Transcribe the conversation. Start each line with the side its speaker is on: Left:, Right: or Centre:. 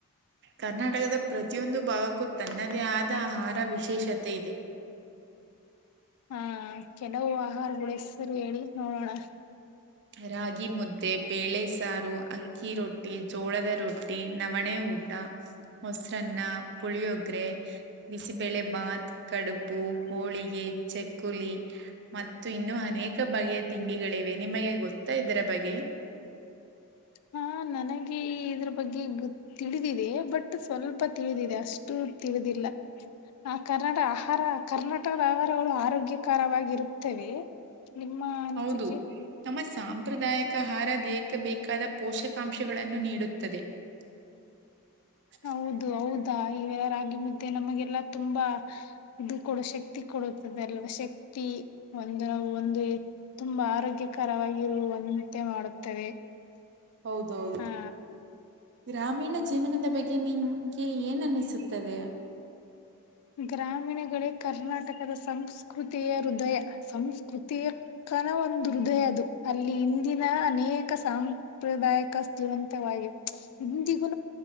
Right: ಕರ್ನಾಟಕದ ಪ್ರತಿಯೊಂದು ಭಾಗಕ್ಕೂ ತನ್ನದೇ ಆದ ಆಹಾರ ವಿಶೇಷತೆ ಇದೆ
Left: ಹಾ ಕೆಲವು ಆಹಾರಗಳ ಹೆಸರು ಹೇಳಿ ನೋಡೋಣ
Right: ರಾಗಿ ಮುದ್ದೆ ಬೇಳೆ ಸಾರು ಅಕ್ಕಿ ರೊಟ್ಟಿ ಜೋಳದ ರೊಟ್ಟಿ ನವಣೆ ಊಟ. ಮೊಸರನ್ನ ಪುಳಿಯೋಗರೆ. ಬಿಸಿಬೇಳೆ ಭಾತ್ ಕಡುಬು ಹೋಳಿಗೆ ಚಕ್ಕುಲಿ. ಮತ್ತು ಇನ್ನು ಅನೇಕ ಬಗೆಯ ತಿಂಡಿಗಳಿವೆ ನಿಮಗೆ ಗೊತ್ತಾ ಇದರ ಬಗೆಯ.
Left: ಹಾ ನನಗೆ ಈ ಇದ್ರೂ ಬಗ್ಗೆ ಗೊ ತಿಳಿದಿದೆ ಬಟ್ ಸ್ವಲ್ಪ ತಿಳಿದಿದೆ ಅಸ್ಟೇ. ತತಿಳಿದಿಲ್ಲ. ಆ ಕರ್ನಾಟ ಆಹಾರ ಕರ್ನಾಟಕದ ಆಹಾರಗಳು ಆರೋಗ್ಯಕರವಾಗಿರುತ್ತವೆ. ನಿಮ್ಮ ಅನಿಸಿಕೆ.
Right: ಹೌದು, ನಮ್ಮ ಸಾಂಪ್ರದಾಯಿಕ ಆ ಹಾರ ದೇಕ ಬೇಕಾದ ಪೋಷಕಾಂಶಗಳನ್ನು ನೀಡುತ್ತದೆ. <inaudible>
Left: ಹೌದು ಹೌದಾ ಇವೆ ರಾಗಿ ಮುದ್ದೆ ನಮಗೆಲ್ಲ ತುಂಬಾ. ಇದು ಕೂಡ ಶಕ್ತಿ ಕೊಡುತ್ತದೆ ಅಲ್ವಾ ಶಕ್ತಿ ಒಂದುವು ಒಂದು. ತುಂಬಾ ಆರೋಗ್ಯಕರವಾಗಿರುವಂತೆ ಮಾಡುತ್ತದೆ.
Right: ಹೌದೌದು
Left: ಹ
Right: ಗ್ರಾಮೀಣ ಜೀವನದ ಬಗ್ಗೆ ನಿಂಗೆ ಏನ್ ಅನಿಸುತ್ತದೆ.
Left: ಗ್ರಾಮೀಣಗಳೇ ಕರ್ನಾಟಕದ ಸಂಸ್ಕೃತಿಯ ಹೃದಯ ಸಂಸ್ಕೃತಿಯ. ಕನ ಒಂದು ಹೃದಯ ಅದು ಅಲ್ಲಿ ಇಂದಿನ ಅನೇಕ ಸಾಂಪ್ರದಾಯಕ ಸಾಪ್ರದಾಯಕ ಜೀವಂತವಾಗಿದೆ ಇಂದಿಗೂ